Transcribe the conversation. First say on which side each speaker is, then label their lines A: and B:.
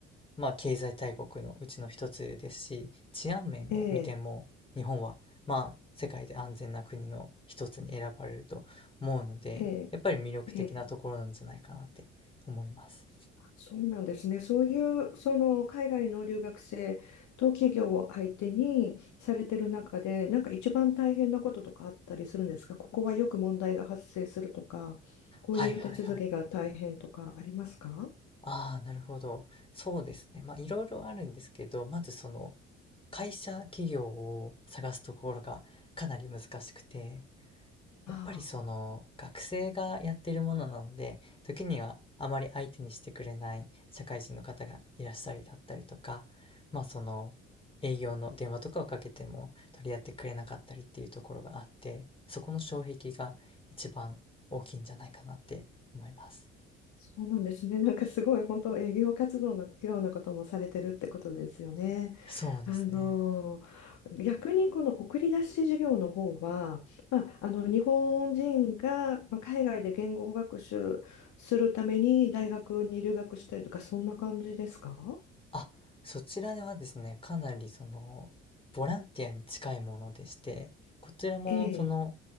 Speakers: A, on the left; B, on the left.
A: まあ、経済大国のうちの一つですし、治安面を見ても、
B: ええ、
A: 日本は、まあ、世界で安全な国の一つに選ばれると思うので、
B: え
A: やっぱり魅力的なところなんじゃないかなって思います。
B: え、ええそうなんですね。そういう、その海外の留学生と企業を相手にされてる中で、なんか一番大変なこととかあったりするんですかここはよく問題が発生するとか、こういう手続きが大変とかありますか
A: はいはいはい。ああ、なるほど。そうですね。まあ、いろいろあるんですけど、まずその、会社企業を探すところがかなり難しくて、やっぱりその学生がやっているものなので、
B: ああ
A: 時にはあまり相手にしてくれない社会人の方がいらっしゃりだったりとか、まあその営業の電話とかをかけても取り合ってくれなかったりっていうところがあって、そこの障壁が一番大きいんじゃないかなって思います。
B: そうなんですね。<laughs> なんかすごい本当営業活動のようなこともされてるってことですよね。
A: そうですね。
B: あの逆にこの送り出し事業の方は、まあ、あの日本人がまあ海外で言語学習するために大学に留学したりとかそんな感じですか
A: あ、そちらではですね、かなりその、ボランティアに近いものでして、こちらもその、
B: ええ、